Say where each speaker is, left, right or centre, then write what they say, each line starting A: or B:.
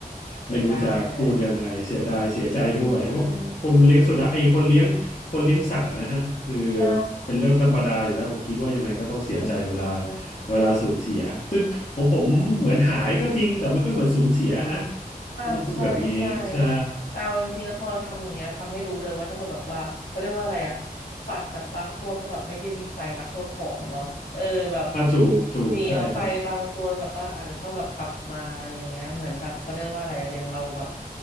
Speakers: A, on the left; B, on the left.
A: เสียดายเลย
B: ไม่รู้จะพูดยังไงเสียดายเสียใจด้วยว่าคนเลี้ยงสุนัขไอ้คนเลี้ยงคนเลี้ยงสัตว์อะนะฮะคือ
A: อืมใช่
B: เป็นเรื่องธรรมดาอยู่แล้วผมคิดว่ายังไงก็ต้องเสียใจเวลา
A: อืม
B: เวลาสูญเสียซึ่งของผมเหมือนหายก็จริงแต่มันก็เหมือนสูญเสียนะ
A: อ่าใช่ใช่
B: ก็ต้องพูดแบบนี้ใช่
A: แต่เอาจริงๆแล้วพอทำอย่างเงี้ยทำให้รู้เลยว่าถ้าเผื่อแบบว่าเขาเรียกว่าอะไรอะสัตว์แบบบางพวกก็แบบไม่ได้มีใจรักเจ้าของเนาะเออแบบ
B: อ่าถูกถูกใช่ครับ
A: หนีออกไปบางตัวแบบว่าอาจจะต้องแบบกลับมาอะไรอย่างเงี้ยเหมือนแบบเขาเรียกว่าอะไรอะอย่างเราแบบ